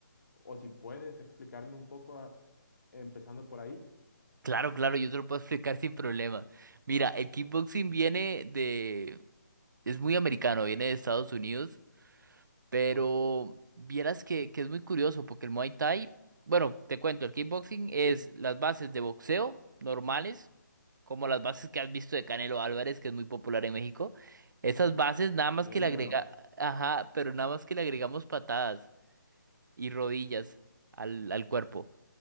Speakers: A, on the left; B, on the right.
A: o si puedes explicarme un poco, a- empezando por ahí.
B: Claro, claro, yo te lo puedo <laughs> explicar sin problema. Mira, el kickboxing viene de... es muy americano, viene de Estados Unidos. Pero
A: Ok,
B: vieras que, que es muy curioso porque el Muay Thai, bueno, te cuento, el kickboxing es
A: sí,
B: las bases de boxeo normales, como las bases que has visto de Canelo Álvarez, que es muy popular en México. Esas bases nada más
A: mi
B: que le
A: ídolo.
B: agrega, ajá, pero nada más que le agregamos patadas y rodillas al, al cuerpo.